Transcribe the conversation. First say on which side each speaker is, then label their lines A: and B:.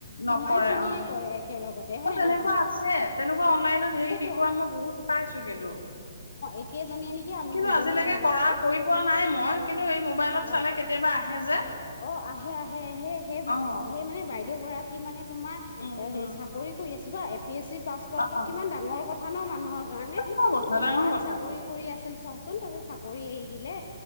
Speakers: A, on the left (about 75°); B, on the left (about 50°).
A: নকৰে
B: কিমান খিনিয়ে
A: অ',
B: কৰে একেলগতে হৈনে
A: অ', তেনেকুৱা
B: নহয়
A: আছে তেনেকুৱা অনলাইনত হেৰি
B: আছে
A: শিকোৱা
B: তো
A: মই বহুত পাইছো কিন্তু
B: একেজনীয়ে নেকি আমি
A: কিন্তু
B: দুইজনীয়ে
A: আজিলৈকে
B: ভাবাতো
A: কৰা কৰি পোৱা নাই মই কিন্তু এই মোবাইলত চালে
B: অ
A: কেতিয়াবা আহে যে
B: অ আহে আহে আহে সেই
A: অ',
B: সেই মানে বাইদেউ গৰাকী মানে তোমাৰ
A: উম,
B: সে
A: উম,
B: চাকৰি কৰি আছ চ A P S C pass কৰাটো
A: অ',
B: কিমান ডাঙৰ কথা ন মানুহৰ কাৰণে
A: ডাঙৰ কথা
B: তেওঁ
A: ডাঙৰ
B: তাত
A: কথা
B: চাকৰি কৰি আছিল। চোন তাৰপিছত চাকৰি এৰি দিলে